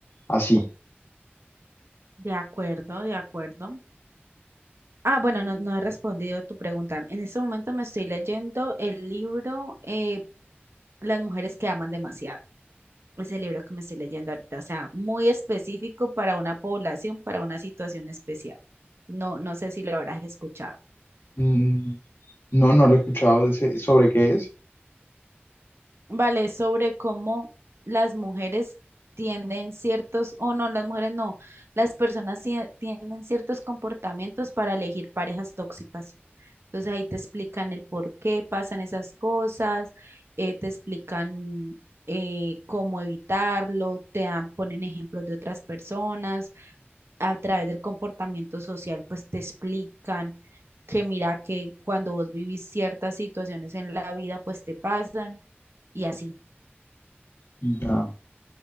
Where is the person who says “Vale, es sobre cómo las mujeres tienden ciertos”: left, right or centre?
Right